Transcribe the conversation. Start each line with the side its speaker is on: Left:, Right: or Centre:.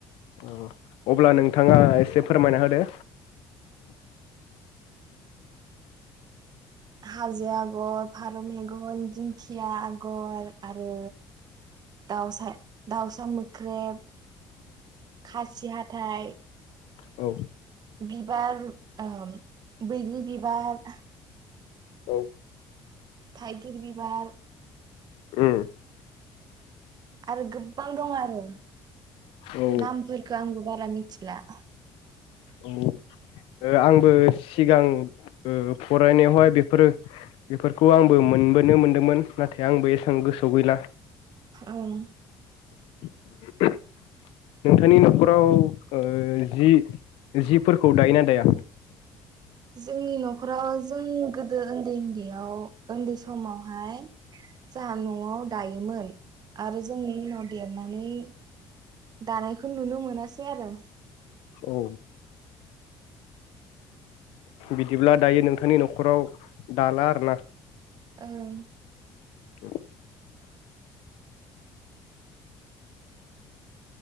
Left: औ अब्ला नोंथाङा एसे फोरमायना होदो।
Right: हाजो आगर फारौ मेगन दिंखिया आगर आरो दाउसा दाउसा मोख्रेब। खासि हाथाय
Left: औ।
Right: बिबार ओ बैग्रि बिबार
Left: औ।
Right: थाइगिर बिबार।
Left: उम
Right: आरो गोबां दं आरो।
Left: ओ
Right: नामफोरखौ आंबो बारा मिथिला।
Left: औ आंबो सिगां ओ फरायनायावहाय बेफोरो बेफोरखौ आंबो मोनबोनो मोनदोंमोन नाथाय आंबो एसेबां गोसोआव गैला।
Right: ओं
Left: <inaudible> नोंथांनि नखराव जि जिफोरखौ दायोना दाया?
Right: जोंनि नखराव जों गोदो उन्दै उन्दैयाव उन्दै समावहाय जाहा नआव दायोमोन आरो जों उनाव देरनानै दानायखौ नुनो मोनासै आरो
Left: औ बिदिब्ला दायो नोंथांनि नखराव दाला आरो ना
Right: ओं
Left: <inaudible>